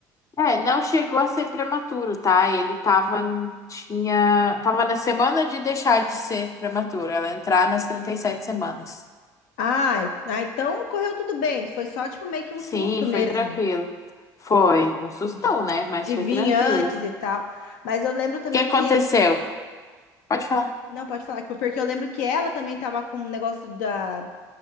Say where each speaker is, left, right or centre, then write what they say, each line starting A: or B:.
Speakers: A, on the left; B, on the left.
A: É, não chegou a ser prematuro, tá? Ele tava, tinha, tava na semana de deixar de ser prematuro, ela entrar nas 37 semanas.
B: Ai, ah, então correu tudo bem. Foi só tipo meio que um
A: Sim,
B: susto mesmo
A: foi tranquilo. Foi um sustão,
B: de,
A: né? Mas
B: de
A: foi
B: vir
A: tranquilo.
B: antes
A: O
B: e tal. Mas eu lembro também
A: que aconteceu?
B: que
A: Pode falar.
B: não pode falar tipo, porque eu lembro que ela também tava com um negócio da